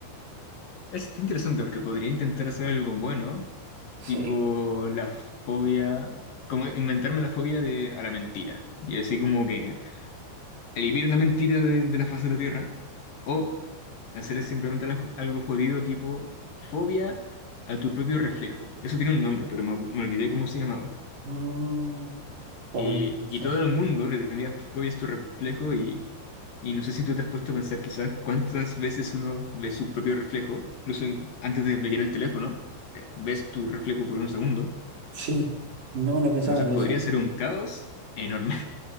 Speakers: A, on the left (about 50°); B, on the right (about 45°).
A: Está interesante porque podría intentar hacer algo bueno,
B: Sí.
A: tipo la fobia, como inventarme la fobia de, a la mentira, y así como que elimino la mentira de, de la faz de la Tierra, o Hacer es simplemente algo algo jodido tipo fobia a tu propio reflejo. Eso tiene un nombre, pero me, me olvidé cómo se llamaba.
B: Mm, bueno,
A: Eh,
B: no
A: y
B: sé.
A: todo el mundo le tendría fobia a su reflejo y, y no sé si tú te has puesto a pensar quizás cuántas veces uno ve su propio reflejo, incluso en- antes de leer el teléfono, eh, ves tu reflejo por un segundo.
B: Sí, no, no he pensado
A: Entonces
B: en
A: podría
B: eso.
A: ser un caos enorme.